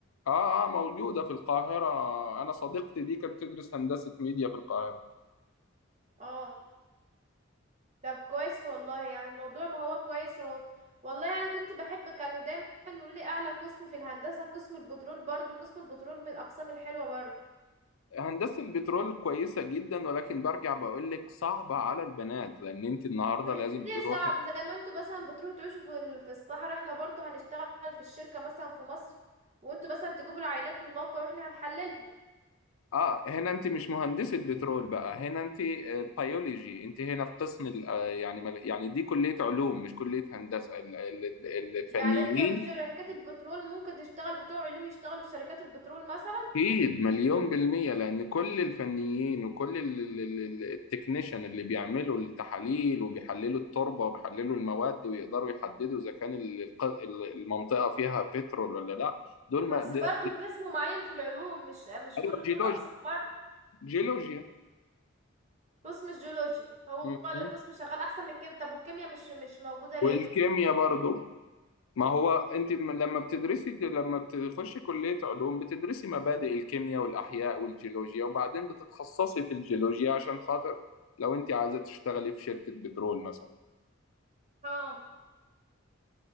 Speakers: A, on the left (about 85°); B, on the right (about 35°).
A: اه اه موجوده في القاهره انا صديقتي دي كانت تدرس هندسه ميديا في القاهره
B: اه طب كويس والله يعني الموضوع ما هو كويس اهو والله انا كنت بحب كانوا دايما يقولوا لي اعلى قسم في الهندسه قسم البترول برضو قسم البترول من الاقسام الحلوه برضو
A: هندسه البترول كويسه جدا ولكن برجع بقول لك صعبه على البنات لان انت النهارده
B: م- ليه
A: لازم تروحي
B: صعب زي ما انتوا مثلا بتروحوا تعيشوا في ال- في الصحراء احنا برضو هنشتغل في الشركه مثلا في مصر وانتوا مثلا تجيبوا العينات من الموقع واحنا هنحللها
A: اه هنا انت مش مهندسة بترول بقى هنا انت بيولوجي انت هنا في قسم ال- آه، يعني مل- يعني دي كلية علوم مش كلية هندسة ال- ال- ال- الفنيين
B: يعني انت في شركات البترول ممكن تشتغل بتوع علوم يشتغلوا في شركات البترول مثلا
A: اكيد مليون بالمية لان كل الفنيين وكل ال- ال- ال- التكنيشن اللي بيعملوا التحاليل وبيحللوا التربة وبيحللوا المواد ويقدروا يحددوا اذا كان ال- الق- ال- المنطقة فيها بترول ولا لا دول ما
B: بس
A: ده-
B: برضو قسم معين في العلوم مش مش
A: ايوه
B: كل
A: جيولوجيا
B: الاقسام برضو
A: جيولوجيا
B: قسم الجيولوجيا هو
A: م-
B: اللي
A: م.
B: قسم شغال احسن من الكيمياء طب والكيمياء مش مش موجوده
A: والكيمياء
B: ليه
A: برضو ما هو انت م- لما بتدرسي لما بتخشي كلية علوم بتدرسي مبادئ الكيمياء والأحياء والجيولوجيا وبعدين بتتخصصي في الجيولوجيا عشان خاطر لو انت عايزة تشتغلي في شركة بترول مثلا
B: اه